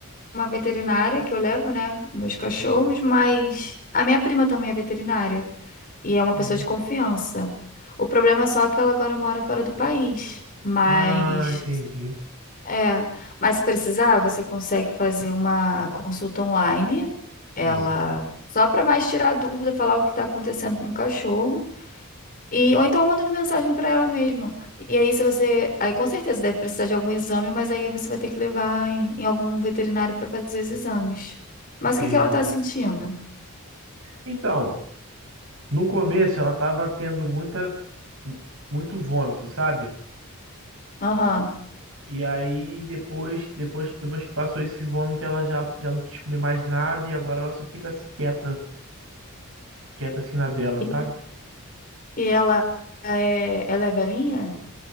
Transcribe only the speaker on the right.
Sim.
Ah,
ah, entendi.
Sim,
entendi.
Então. No começo ela tava tendo muita muito vômito, sabe?
E aí depois, depois, depois que passou esse vômito, ela já, já não quis comer mais nada e agora ela só fica assim, quieta, quieta assim na dela,
sabe?